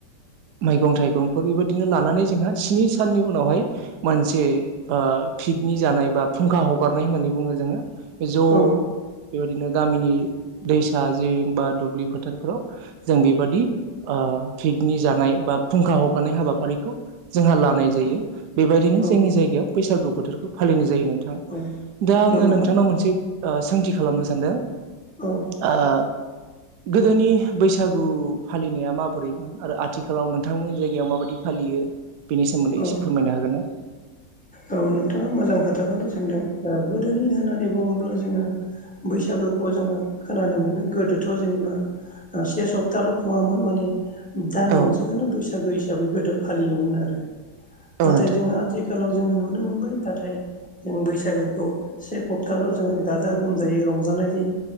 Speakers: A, on the right; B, in the centre.
A: मैगं थाइगंफोर बेबायदिनो लानानै जोंहा स्नि साननि उनावहाय मोनसे ओ पिकनिक जानाय बा फुंखा हगारनाय होननानै बुङो जोङो बे ज'
B: औ
A: बेबायदिनो गामिनि दैसा जिं बा दुब्लि फोथारफोराव जों बेबादि ओ पिकनिक जानाय बा फुंखा हगारनाय हाबाफारिखौ जोंहा लानाय जायो बेबायदिनो
B: औ
A: जोंनि जायगायाव बैसागु बोथोरखौ फालिनाय जायो नोंथां
B: औ
A: दा आङो
B: नंगौ
A: नोंथांनाव मोनसे ओ सोंथि खालामनो सानदों
B: औ
A: ओ गोदोनि बैसागु फालिनाया माबोरैमोन आरो आथिखालाव नोंथांमोननि जायगायाव माबादि फालि यो बेनि सोमोन्दै
B: औ
A: एसे फोरमायनो हागोन ना
B: औ नोंथाङा मोजां खोथाखौनो सोंदों गोदोनि होननानै बुङोब्ला जोङो बैसागोखौ जोङो खोनानो मोनदों गोदोथ' जेनेबा से सप्ताल' खुङामोन माने दान
A: औ
B: मोनसेखौनो बैसागो हिसाबै गोदो फालियोमोन आरो
A: औ
B: नाथाय
A: नोंथां
B: जोङो आथिखाल लाव जोङो नुनो मोनबाय दाथाय जों बैसागोखौ से खप्ताल' जोङो गाजा गोमजायै रंजानाय जायो